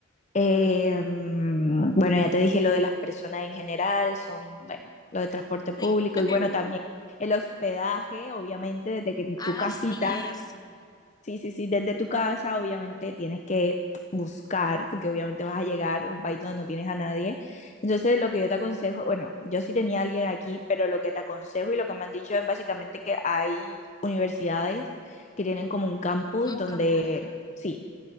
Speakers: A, on the left; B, on the left.
A: Eh, mm, bueno, ya te dije lo de las personas en general, son, bueno, lo de transporte público
B: sí. <laughs>
A: y bueno, también el hospedaje, obviamente, desde que
B: Ah,
A: tu casita,
B: sí, eso,
A: sí, sí, sí, desde tu casa, obviamente tienes que buscar, porque obviamente vas a llegar a un país donde no tienes a nadie. Entonces, lo que yo te aconsejo, bueno, yo sí tenía a alguien aquí, pero lo que te aconsejo y lo que me han dicho es básicamente que hay universidades que tienen como un campus
B: como
A: donde,
B: campo,
A: sí,